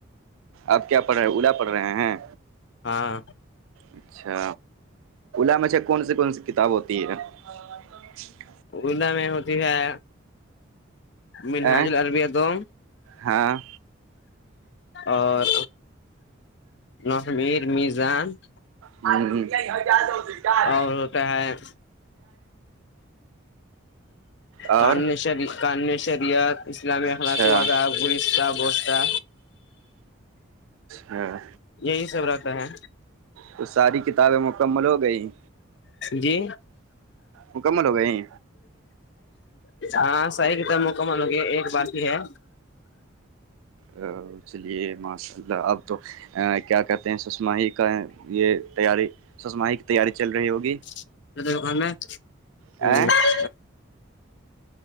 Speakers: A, on the right; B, on the left.
A: آپ کیا پڑھ رہے اولا پڑھ رہے ہیں
B: ہاں
A: اچھا ا مچھا کون سی کون سی کتاب ہوتی ہے ہھیک
B: ارولا میں ہوتی ہے منہاج
A: ا
B: العربیہ دوم
A: ہاں
B: اور نمیر میزان
A: ہاں یااد ہو کیاار
B: اور ہوتا ہے
A: اور
B: کان شری کان شریعت اسلامی
A: اچھا
B: اخلاق واد آپ اڑیسہ بستا
A: ہاں
B: یہی سب رہتا ہے
A: تو ساری کتابیں مکمل ہو گئییں
B: جی
A: مکمل ہو گئے یہ
B: ہاں صحیح کتاب مکمل ہو گیا ایک بات ہی ہے
A: ا چلیے ماشاء اللہ اب تو کیا کہتے ہیں سشماہی کا یہ تیاری سسمائی کی تیاری چل رہی ہوگی
B: <unintelligible>
A: ا